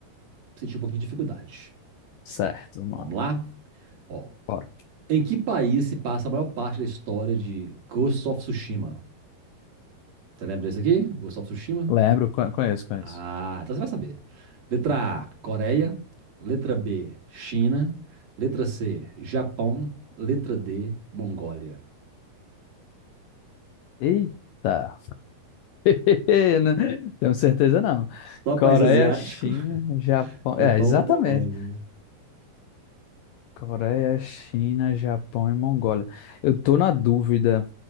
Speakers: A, on the right; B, on the left.
A: sentir um pouquinho de dificuldade.
B: Certo, vamos
A: Vamos
B: lá.
A: lá? Ó,
B: Bora.
A: em que país se passa a maior parte da história de Ghost of Tsushima? Você lembra desse aqui? Ghost of Tsushima?
B: Lembro, co- conheço, conheço.
A: Ah, então você vai saber. Letra A, Coreia. Letra B, China. Letra C, Japão. Letra D, Mongólia.
B: Eita. <laughs> Não tenho certeza não.
A: Só país
B: Coreia,
A: asiático,
B: China,
A: <laughs>
B: Japão.
A: Japão
B: É, exatamente.
A: ou Mongólia?
B: Coreia, China, Japão e Mongólia. Eu tô na dúvida.